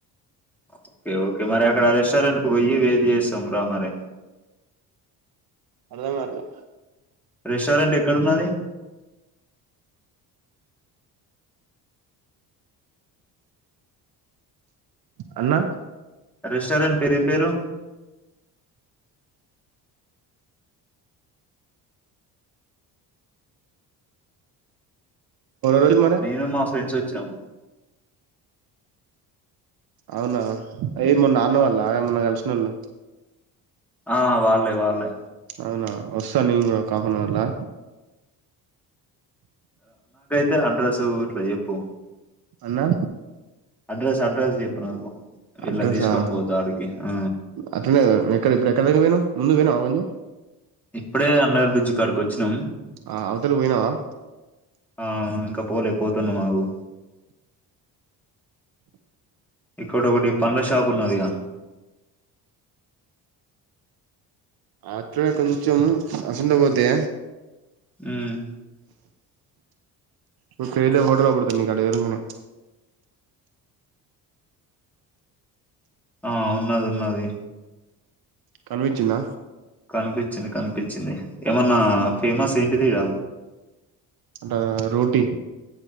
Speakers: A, in the centre; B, on the right (about 60°).
A: ఓకే ఓకే మరి అక్కడ రెస్టారెంట్ కు పోయి వెయిట్ చేస్తాం రా మరి
B: అర్థంకావట్లే
A: రెస్టారెంట్ ఎక్కడున్నది
B: అన్నా
A: రెస్టారెంట్ పేరు ఏం పేరు
B: రోజులు మరి
A: నేను మా ఫ్రెండ్స్ వ వచ్చినం
B: అవునా ఏ మా నాన్నవాళ్ళ మొన్న కలిసినొళ్ళు
A: ఆ వాళ్లే వాళ్లే
B: అవునా వస్తా నేను కూడా ఒక ఆఫనవర్లో
A: కే అడ్రెస్స్ ఇట్లా ఎప్పు
B: అన్నా
A: అడ్రస్ అడ్రస్ చెప్పు నాకు వీళ్ళని
B: అడ్రసా
A: తీసుకొని పోతా ఆడికి ఆ
B: అట్లనే ఎక్కడ ఇప్పుడు ఎక్కడ పోయినం ముందు పోయినవ్
A: ఇప్పుడే అండర్ బ్రిడ్జ్ కాడికి వచ్చినాం
B: ఆ అవతలకి పోయినావా
A: ఆ ఇంకా పోలే పోతున్నమగు ఇక్కడొ ఒకటి పండ్ల షాప్ ఉన్నది గా
B: అట్లనే కొంచెం ఆ సందు పోతే
A: ఉమ్
B: నువ్ ఫెయిల్ అవు <unintelligible> <unintelligible>
A: ఆ ఉన్నది ఉన్నది
B: కనిపించిందా
A: కనిపించింది కనిపించింది ఏమన్నా ఫేమస్ ఏంటిది ఇడ
B: అంట రోటీ